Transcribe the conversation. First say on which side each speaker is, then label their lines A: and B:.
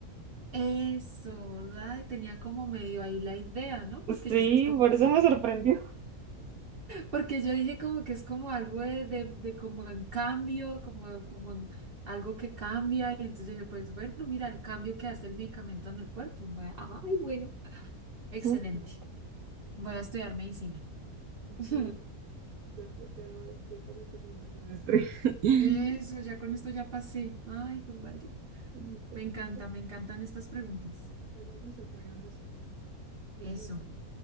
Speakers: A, on the right; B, on the right.
A: Eso, ay, tenía como medio ahí la idea, ¿no? Porque
B: Sí,
A: yo decía, es como
B: por eso me sorprendió.
A: Porque yo dije como que es como algo de, de, de como en cambio, como, como en algo que cambia. Y entonces dije, pues bueno, mira el cambio que hace el medicamento en el cuerpo. Voy a- ay, bueno, excelente.
B: <laughs> Ujú.
A: Voy a estudiar medicina. <laughs>
B: Sí, ya, ya, ya pasaste primer semestre. <laughs>
A: Eso, ya con esto ya pasé. Ay, qué madre.
B: Listo.
A: Me encanta, me encantan estas preguntas.
B: Hagamos otra, hagamos otra. Eh,
A: Eso.
B: Dice,